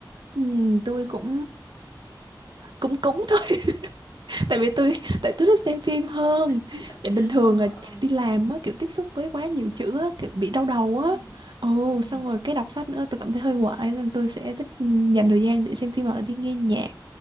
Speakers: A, on the right; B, on the left.
A: Ừm, tôi cũng cũng cũng thôi tại vì tôi tại tôi thích xem phim hơn
B: <laughs>
A: tại bình thường
B: ờ
A: là
B: ờ
A: đi làm á kiểu tiếp xúc với quá nhiều chữ á kiểu bị đau đầu
B: ừ
A: á ồ
B: ừ
A: xong rồi cái đọc sách nữa tôi cảm thấy hơi hoài nên tôi sẽ thích dành thời gian để xem phim hoặc là đi nghe nhạc